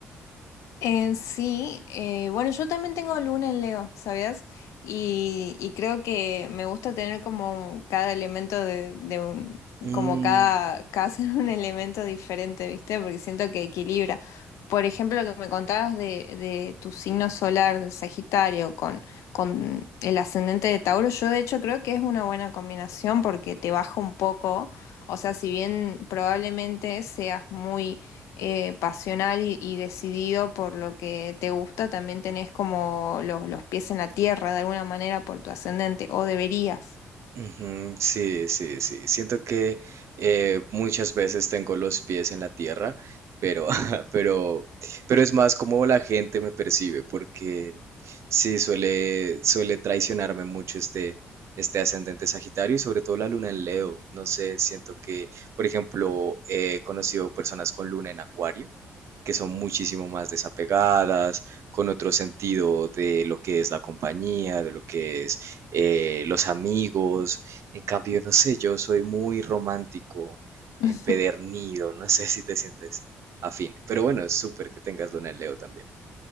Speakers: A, on the left (about 75°); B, on the right (about 65°).
A: Eh, sí, eh, bueno, yo también tengo luna en Leo, ¿sabías? Y, y creo que me gusta tener como cada elemento de, de un,
B: Mm,
A: como cada, cada <laughs> ser un elemento diferente, ¿viste? Porque siento que equilibra. Por ejemplo, lo que me contabas de, de tu signo solar, de Sagitario, con, con el ascendente de Tauro, yo de hecho creo que es una buena combinación porque te baja un poco, o sea, si bien probablemente seas muy eh, pasional y, y decidido por lo que te gusta, también tenés como los, los pies en la tierra de alguna manera por tu ascendente, o deberías.
B: Ujú, Sí, sí, sí. Siento que eh, muchas veces tengo los pies en la tierra, pero, <laughs> pero, pero es más como la gente me percibe, porque sí, suele, suele traicionarme mucho este, este ascendente Sagitario y sobre todo la luna en Leo. No sé, siento que, por ejemplo, he conocido personas con luna en Acuario, que son muchísimo más desapegadas, con otro sentido de lo que es la compañía, de lo que es eh, los amigos. En cambio, no sé, yo soy muy romántico, empedernido,
A: <laughs>
B: no sé si te sientes afín. Pero bueno, es súper que tengas luna en Leo también.